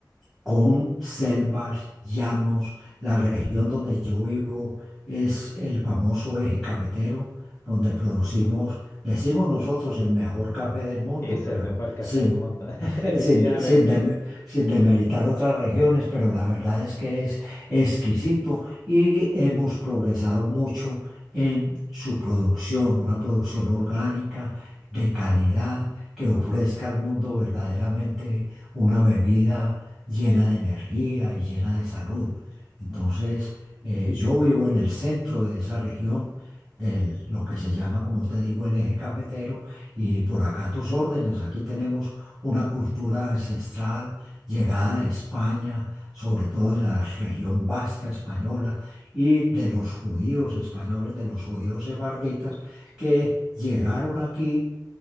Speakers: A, in the centre; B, on the left.
A: con selvas, llanos. La región donde yo vivo es el famoso eje cafetero, donde producimos, decimos nosotros, el mejor café del mundo,
B: es
A: pero
B: el mejor café
A: sin
B: del mundo, <laughs>
A: <laughs>
B: efectivamente.
A: sin, de- sin, dem- sin demeritar otras regiones, pero la verdad es que es exquisito y hemos progresado mucho en su producción, una producción orgánica de calidad que ofrezca al mundo verdaderamente una bebida llena de energía y llena de salud. Entonces, eh, yo vivo en el centro de esa región, de lo que se llama, como te digo, el eje cafetero, y por acá a tus órdenes, aquí tenemos una cultura ancestral llegada de España, sobre todo de la región vasca española y de los judíos españoles, de los judíos sefarditas, que llegaron aquí